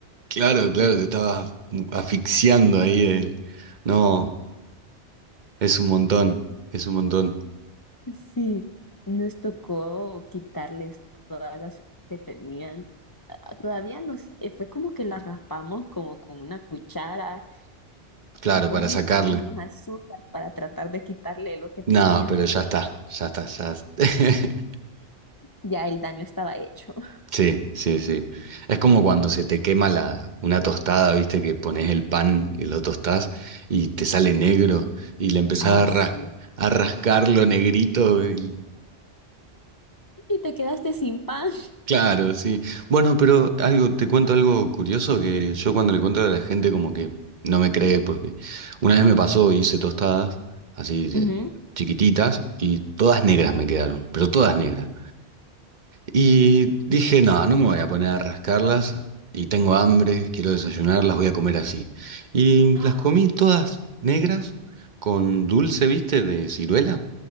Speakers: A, on the right; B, on the left.
A: Claro, claro, te estabas mm, asfixiando ahí. eh. No, es un montón, es un montón.
B: Sí, nos tocó quitarles todas las que tenían. Ah, Todavía nos, eh, fue como que las raspamos como con una cuchara y
A: Claro,
B: después
A: para
B: les
A: sacarle.
B: echamos más azúcar para tratar de quitarle lo que tenía.
A: No, pero ya está, ya está, ya. <laughs>
B: Ya el daño estaba hecho. <laughs>
A: Sí, sí, sí. Es como cuando se te quema la, una tostada, viste, que pones el pan y lo tostás y te sale negro y le empezás
B: Ay,
A: a, ras-
B: sí.
A: a rascarlo negrito. y-
B: Y te quedaste sin pan.
A: Claro, sí. Bueno, pero algo, te cuento algo curioso que yo cuando le cuento a la gente como que no me cree porque una vez me pasó, hice tostadas así de
B: Ujú.
A: chiquititas y todas negras me quedaron, pero todas negras. Y dije, no, no me voy a poner a rascarlas y tengo hambre, quiero desayunar, las voy a comer así. Y
B: Ah,
A: las comí todas negras con dulce, viste, de ciruela